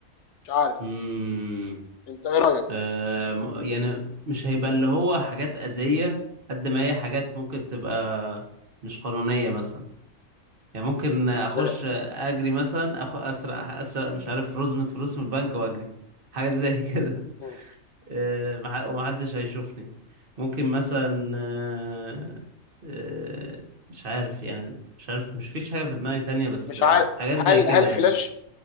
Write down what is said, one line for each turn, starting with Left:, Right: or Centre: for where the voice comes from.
Left: مش عارف
Right: امم
Left: انت ايه رايك
Right: آه م- يعني مش هيبقى اللي هو حاجات أذية قد ما هي حاجات ممكن تبقى مش قانونية مثلا يعني ممكن اخش
Left: ازاي
Right: اجري مثلا أخ... اسرق اسرق مش عارف رزمة فلوس من البنك واجري حاجات زي <laughs> كده
Left: مم.
Right: آه، مح- ومحدش هيشوفني ممكن مثلا آه، آه، مش عارف يعني مش عارف مش فيش حاجة في دماغي تانية بس
Left: مش
Right: آه،
Left: عارف
Right: حاجات
Left: هل
Right: زي كده
Left: هل
Right: يعني
Left: فلاش